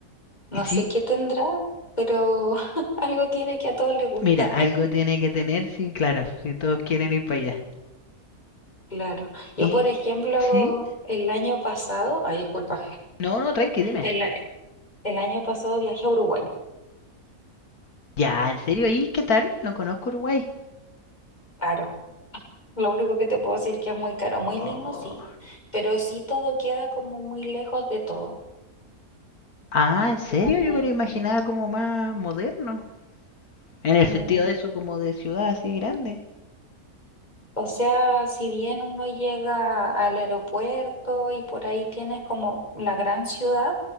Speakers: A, on the left; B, on the left.
A: No
B: Y sí,
A: sé qué tendrá, pero <laughs> algo tiene que a todos les gusta.
B: mira, algo tiene que tener, sí, claro, si todos quieren ir para allá.
A: Claro. Yo,
B: Y,
A: por ejemplo,
B: sí,
A: el año pasado, ay, disculpa.
B: no, no, tranqui, dime.
A: El, el año pasado viajé a Uruguay,
B: Ya, ¿en serio? ¿Y qué tal? No conozco Uruguay.
A: caro. Lo único que te puedo decir que es muy caro, muy lindo,
B: Oh.
A: sí, pero sí todo queda como muy lejos de todo.
B: Ah, ¿en serio?
A: Como que,
B: Yo me lo imaginaba como más moderno. En el
A: mm,
B: sentido de eso, como de ciudad así grande.
A: o sea, si bien uno llega al aeropuerto y por ahí tienes como la gran ciudad,